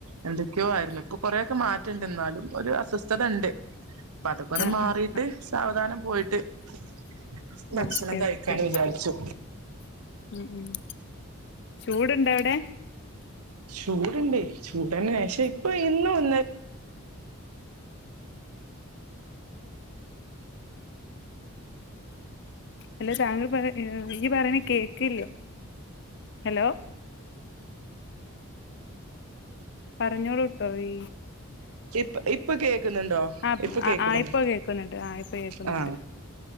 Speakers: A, on the right; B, on the left.
A: എന്തൊക്കെയോ ആയിരുന്നു ഇപ്പൊ കൊറേക്കെ മാറ്റണ്ട് എന്നാലും ഒരു അസ്വസ്ഥത ഉണ്ട് അപ്പ അതൊക്കെന്ന്
B: ആഹ്
A: മാറിട്ട്
B: ആഹ്
A: സാവധാനം പോയിട്ട് <unintelligible> ഭക്ഷണം
B: ഓക്കെ
A: കഴിക്കാന്ന്
B: ഓക്കെ
A: വിചാരിച്ചു
B: ഉം ഉം ചൂട് ഉണ്ടോവിടെ
A: ചൂടുണ്ട് ചൂടന്നെ പക്ഷെ ഇപ്പൊ ഇന്ന് ഒന്ന്
B: അല്ല താങ്കൾ പറ ഈ പറയണ കേക്കില്ല ഹലോ പറഞ്ഞോളൂട്ടോ ഈ
A: ഇപ്പ ഇപ്പൊ കേക്കുന്നുണ്ടോ
B: ആ
A: ഇപ്പൊ കേക്കുന്നുണ്ടോ
B: ആ ആ, ഇപ്പൊ കേക്കുന്നുണ്ട് ആ ഇപ്പൊ കേക്കുന്നുണ്ട്
A: ആ